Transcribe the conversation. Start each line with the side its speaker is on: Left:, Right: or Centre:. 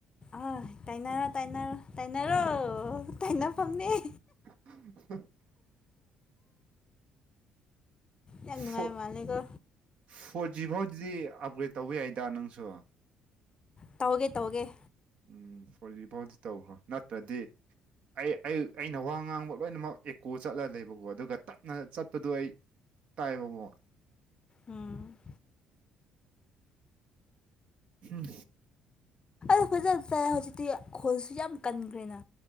Left: ꯑ ꯇꯥꯏꯅꯔꯣ ꯇꯥꯏꯅꯔꯣ ꯇꯥꯏꯅꯔꯣ ꯇꯥꯏꯅ ꯐꯝꯅ‌ꯦ
Right: <unintelligible>
Left: ꯌꯥꯝ ꯅꯨꯡꯉꯥꯏ
Right: ꯐ
Left: ꯃꯥꯜꯂꯦꯀꯣ
Right: ꯐꯣꯔ ꯖꯤ ꯐꯥꯎꯗꯗꯤ ꯑꯞꯒ꯭ꯔꯦꯗ ꯇꯧꯕ ꯌꯥꯏꯗ ꯅꯪꯁꯨ
Left: ꯇꯧꯒꯦ ꯇꯧꯒꯦ
Right: ꯎꯝ ꯐ‌ꯣꯔꯖꯤ ꯐꯥꯎꯗꯤ ꯇꯧꯈ꯭ꯔꯣ ꯅꯠꯇ꯭ꯔꯗꯤ ꯑꯩ ꯑꯩ ꯑꯩꯅ ꯋꯥ ꯉꯥꯡꯕ ꯂꯣꯏꯅꯃꯛ ꯑꯦꯀꯣ ꯆꯠꯂ ꯂꯩꯕꯀꯣ ꯑꯗꯨꯒ ꯇꯞꯅ ꯆꯠꯄꯗꯣ ꯑꯩ ꯇꯥꯏꯕ ꯑꯃꯣꯛ
Left: ꯎꯝ
Right: ꯎꯝ
Left: ꯐ ꯐꯖꯕ ꯇꯥꯏ ꯍꯧꯖꯤꯛꯇꯤ ꯈꯜꯁꯨ ꯌꯥꯝ ꯀꯟꯈ꯭ꯔꯦꯅ